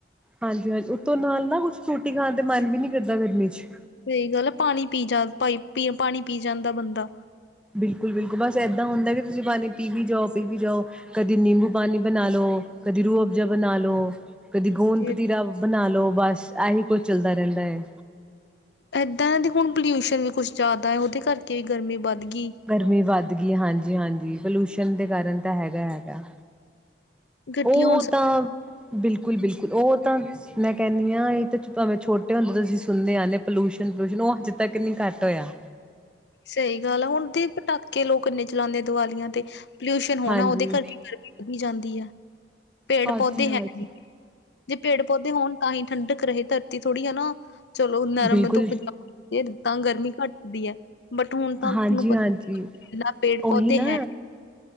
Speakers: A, in the centre; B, on the left.
A: ਹਾਂਜੀ-ਹਾਂਜੀ ਉਤੋਂ ਨਾਲ ਨਾ ਕੁਛ ਰੋਟੀ ਖਾਣ ਤੇ ਮਨ ਵੀ ਨੀ ਕਰਦਾ ਗਰਮੀ 'ਚ'
B: ਸਹੀ ਗੱਲ ਐ ਪਾਣੀ ਪੀ ਜਾਦਾ ਪਾਈ ਪਾਣੀ ਪੀ ਜਾਂਦਾ ਬੰਦਾ
A: ਬਿਲਕੁਲ- ਬਿਲਕੁਲ ਬਸ ਏਦਾਂ ਹੁੰਦਾ ਕਿ ਤੁਸੀਂ ਪਾਣੀ ਪੀ ਵੀ ਜਾਓ ਪੀ ਵੀ ਜਾਓ। ਕਦੀ ਨਿੰਬੂ ਪਾਨੀ ਬਣਾ ਲੋ, ਕਦੀ ਰੂਹ ਅਫਜ਼ਾ ਬਣਾ ਲਓ। ਕਦੀ ਗੂੰਦ
B: ਜੇ
A: ਕਤੀਰਾ ਬਣਾ ਲੋ, ਬਸ ਐਹੀ ਕੁਝ ਚੱਲਦਾ ਰਹਿੰਦਾ ਐ।
B: ਇੱਦਾਂ ਐ ਤੇ ਹੁਣ ਪੋਲਿਊਸ਼ਨ ਵੀ ਕੁੱਛ ਜ਼ਿਆਦਾ ਆ, ਉਹਦੇ ਕਰਕੇ ਵੀ ਗਰਮੀ ਵੱਧ ਗੀ।
A: ਗਰਮੀ ਵੱਧ ਗੀ, ਹਾਂਜੀ -ਹਾਂਜੀ ਪੋਲਿਊਸ਼ਨ ਦੇ ਕਾਰਨ ਤਾਂ ਹੈਗਾ- ਹੈਗਾ।
B: ਗੱਡੀਆਂ
A: ਉਹ
B: ਹੁਣ
A: ਤਾਂ ਬਿਲਕੁਲ- ਬਿਲਕੁਲ ਉਹ ਤਾਂ ਮੈਂ ਕਹਿੰਨੀ ਆ ਤਾਂ ਭਾਵੇਂ ਛੋਟੇ ਤੁਸੀਂ ਸੁਣਦੇ ਆ ਰਹੇ, ਪੋਲੂਊਸ਼ਨ- ਪਲਊਸ਼ਨ ਉਹ ਹਜੇ ਤੱਕ ਨੀ ਘੱਟ ਹੋਇਆ।
B: ਸਹੀ ਗੱਲ ਆ ਹੁਣ ਦੀ ਪਟਾਕੇ ਲੋਕ ਇੰਨੇ ਚਲਾਂਦੇ ਦੀਵਾਲੀਆਂ ਤੇ ਪੋਲਿਊਸ਼ਨ ਹੋਣਾ,
A: ਹਾਂਜੀ,
B: ਉਹਦੇ ਕਰ ਕੇ ਗਰਮੀ ਵਧੀ ਜਾਂਦੀ ਆ ਪੇੜ
A: ਹਾਂਜੀ-ਹਾਂਜੀ
B: ਪੌਦੇ ਹੈ ਨੀਂ। ਜੇ ਪੇੜ ਪੌਦੇ ਹੋਣ ਤਾਂ ਹੀ ਠੰਡਕ ਰਹੇ, ਧਰਤੀ ਥੋੜ੍ਹੀ ਹਨਾ ਚਲੋ ਨਰਮ
A: ਬਿਲਕੁਲ
B: ਧੁੱਪ ਜਾ ਤਾਂ ਗਰਮੀ ਘੱਟਦੀ ਐ, ਬਟ ਹੁਣ ਤਾਂ
A: ਹਾਂਜੀ-ਹਾਂਜੀ
B: ਤੁਹਾਨੂੰ ਪਤਾ <unintelligible> ਪੇੜ
A: ਉਹੀ
B: ਪੌਦੇ
A: ਨਾ
B: ਹੈ ਨੀ।